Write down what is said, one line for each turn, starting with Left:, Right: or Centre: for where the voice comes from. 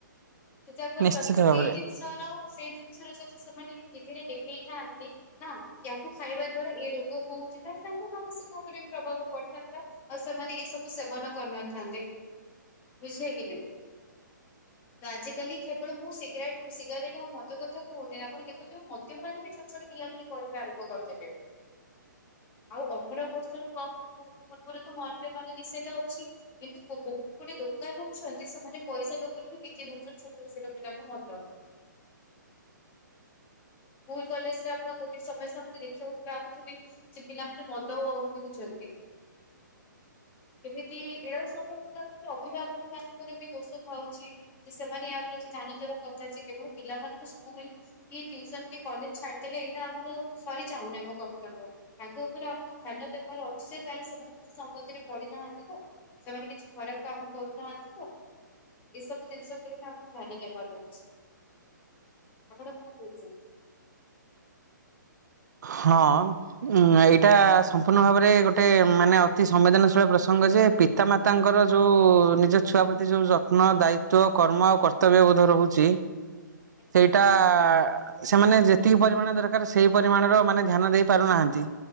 Left: ସେ ଯାକ
Right: ନିଶ୍ଚିତ
Left: ଯଦି ସେଇ
Right: ଭାବରେ
Left: ଜିନ ଷ ର ସେଇ ଜିନିଷରେ ଯଦି ସେମାନେ ଟିଭିରେ ଦେଖେଇଥାନ୍ତି ନା ୟାକୁ ଖାଇବା ଦ୍ଵାରା ଏଇ ରୋଗ ହୋଉଚି ତାହେଲେ ତାଙ୍କ ମାନସିକ ଉପରେ ପ୍ରଭାବ ପଡିଥାନ୍ତା। ଆଉ ସେମାନେ ଏଇ ସବୁ ସେବନ କରିନଥାନ୍ତେ ବୁଝିଲେ କି ନାଇ। ତ ଆଜି କାଲି କେବଳ ମୁଁ ସିଗାରେଟ ସିଗାରେଟ ଆଉ ମତ କଥା କହୁନି ଆପଣ ଦେଖୁଥିବେ ମ ଦ୍ୟପାନ ବି ଛୋଟ ଛୋଟ ପିଲାମାନେ କରିବା ଆରମ୍ଭ କରି ଦେଲେଣି ଆଉ ଅଠର ବର୍ଷରୁ କ ପୂର୍ବରୁ ତ ମଦ୍ୟ ପାନ ନିଷେଧ ଅଛି କିନ୍ତୁ ବହୁତ ଗୁଡେ ଦୋକାନ ଅଛନ୍ତି ସ ମାନେ ପଇସା ଲୋଭ ରେ ବି ବିକ୍ରି ଦଉଛନ୍ତି ଛୋଟ ଛୋଟ ପିଲାକୁ ମଦ। ସ୍କୁଲ କଲେଜ୍ ରେ ଆପଣ ଗୋଟେ ସମସ୍ୟା ଭ ଦେଖିବାକୁ ପାଉଥିବେ। ସେ ପିଲାମାନେ ମଦ ଓ ପିଉଛନ୍ତି। କେମିତି ଏଇଡା ସବୁ ମୁଁ ଲାଗୁଛି ଅଭିଭାବକ ମାନଙ୍କରେ ଦୋଷ ଥାଉଛି ଯେ ସେମାନେ ୟା ପ୍ରତି ଧ୍ୟାନ ଦେବା କଥା ଯେ କେବଳ ପିଲାମାନଙ୍କୁ ସ୍କୁଲ କି ଟ୍ୟୁସନ୍ କି କଲେଜ୍ ଛାଡିଦେଲେ ଏଇଟା ଆମର ସରି ଯାଉନି ଆମ କର୍ତ୍ତବ୍ୟ। ତାଙ୍କ ଉପରେ ଆମକୁ ଧ୍ୟାନ ଦେବାର ଅଛି ଯେ କାହିଁ ସେମାନେ କୋଉ ସଙ୍ଗତିରେ ପଡିିନାହାନ୍ତି ତ। ସେମାନେ କିଛି ଖରାପ୍ କାମ କରୁନାହାନ୍ତି ତ। ଏସବୁ ଜିନିଷ ଉପରେ ତ ଆମକୁ ଧ୍ୟାନ ଦେବା ଯାଉଛି ଆପଣ କଣ କହୁଛନ୍ତି?
Right: ହଁ। ଉଁ ଏଇଟା ସମ୍ପୂର୍ଣ୍ଣ ଭାବରେ ଗୋଟେ ମାନେ ଅତି ସମ୍ବେଦନଶୀଳ ପ୍ରସଙ୍ଗ ଯେ ପିତାମାତାଙ୍କର ଯେଉଁ ନିଜ ଛୁଆ ପ୍ରତି ଯେଉଁ ଯତ୍ନ, ଦାୟିତ୍ୱ, କର୍ମ, ଆଉ କର୍ତ୍ତବ୍ୟବୋଧ ରହୁଛି
Left: <inaudible>
Right: ଏଇଟା ସେମାନେ ଯେତିକି ପରିମାଣ ଦରକାର ସେଇ ପରିମାଣର ମାନେ ଧ୍ୟାନ ଦେଇ ପାରୁନାହାନ୍ତି